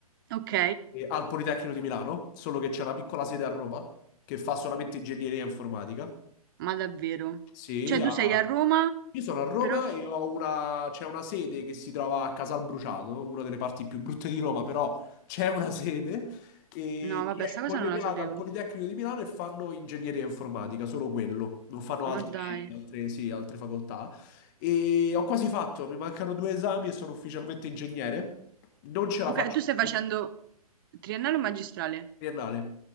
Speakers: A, on the right; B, on the left.
A: ok,
B: eh, al Politecnico di Milano, solo che c'è una piccola sede a Roma che fa solamente ingegneria informatica.
A: ma davvero?
B: Sì,
A: Cioè tu
B: a-
A: sei a Roma,
B: io sono a Roma
A: però... f-
B: e ho una... c'è una sede che si trova a Casalbruciato, una delle parti più brutte di Roma, però c'è una sede e
A: No,
B: che
A: vabbè, sta
B: è collegata
A: cosa non la sapevo.
B: al Politecnico di Milano e fanno ingegneria informatica, solo quello, non fanno altre,
A: Ma dai.
B: altre- sì, altre facoltà. E ho quasi fatto, mi mancano due esami e sono ufficialmente ingegnere. Non ce la faccio
A: Ok, tu stai
B: più
A: facendo triennale o magistrale?
B: triennale,